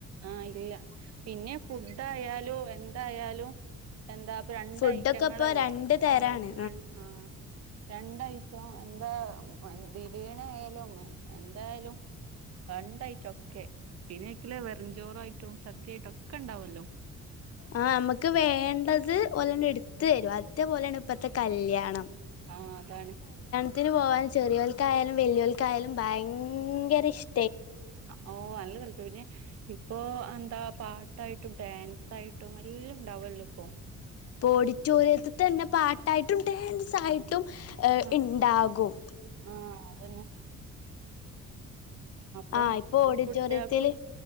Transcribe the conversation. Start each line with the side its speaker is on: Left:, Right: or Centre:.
Right: ആഹ് ഇല്ല പിന്നെ ഫുഡയാലും എന്തായാലും എന്താ പ്പ രണ്ട്
Left: ഫുഡൊക്കെ
Right: ഐറ്റങ്ങളല്ലേ
Left: ഇപ്പൊ രണ്ട് തരാണ്
Right: ഉം ഉം എന്താണ് ആ ഹ് രണ്ട് ഐറ്റം എന്താ ബിരിയാണി ആയാലും എന്തായാലും രണ്ട് ഐറ്റമൊക്കെ <unintelligible> പഴഞ്ചോറായിട്ടും സദ്യയായിട്ടൊക്കെ ഉണ്ടാവുല്ലോ
Left: ആ നമുക്ക് വേണ്ടത് ഓലണ്ണം എടുത്ത്
Right: ആഹ്
Left: തരും അതേപോലെയാണ് ഇപ്പത്തെ കല്യാണം
Right: ആ അതാണ്
Left: ത്തിന് പോകാൻ ചെറിയോൽക്കായാലും വലിയവൽക്കായാലും ഭയങ്കര ഇഷ്
Right: ഓ നല്ല <unintelligible> പിന്നെ ഇപ്പൊ എന്താ പാട്ടായിട്ടും ഡാൻസായിട്ടും എല്ലാം ഉണ്ടാവല്ലോ ഇപ്പോ
Left: ഇപ്പൊ ഓഡിറ്റോറിയത്തി തന്നെ പാട്ടായിട്ടും ഡാൻസായിട്ടും
Right: ആഹ്
Left: ഇണ്ടാകും
Right: ആഹ് അതന്നെ അപ്പം
Left: ആഹ് ഇപ്പൊ ഓഡിറ്റോറിയത്തില്
Right: കുട്ടികൾക്കും